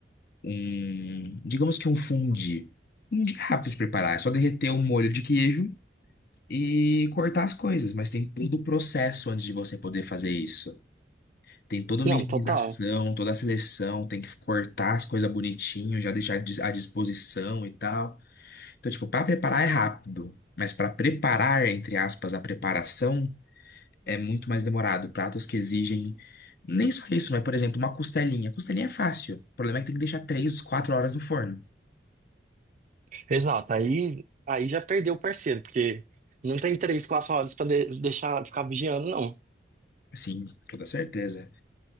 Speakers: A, on the left; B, on the right.
A: um, digamos que um fundi. Fundi é rápido de preparar, é só derreter um molho de queijo e cortar as coisas, mas tem todo o processo antes de você poder fazer isso. Tem toda a
B: Não,
A: minimização,
B: total.
A: toda a seleção, tem que cortar as coisas bonitinho, já deixar dis- à disposição e tal. Então, tipo, para preparar é rápido, mas para preparar, entre aspas, a preparação é muito mais demorado. Pratos que exigem nem só isso, mas, por exemplo, uma costelinha. Costelinha é fácil. O problema é que tem que deixar 3, 4 horas no forno.
B: Exato, aí, aí já perdeu o parceiro, porque não tem três, quatro horas pra de- deixar ficar vigiando, não,
A: Sim, toda certeza.